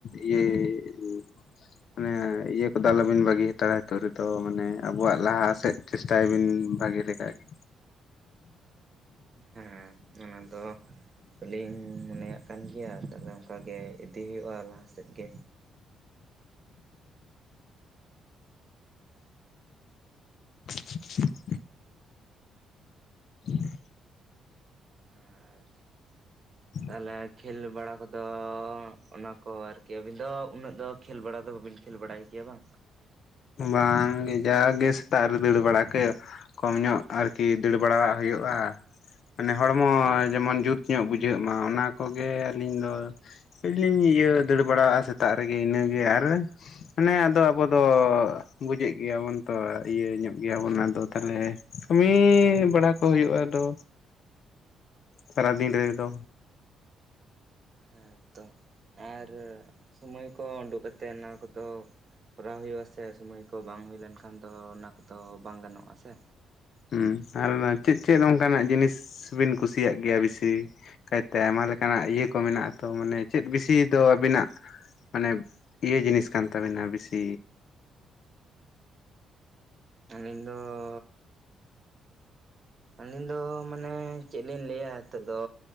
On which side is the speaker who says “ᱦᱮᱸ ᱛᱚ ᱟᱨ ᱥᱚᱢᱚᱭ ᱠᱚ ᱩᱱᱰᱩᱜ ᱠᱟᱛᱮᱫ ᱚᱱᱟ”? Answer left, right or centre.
Right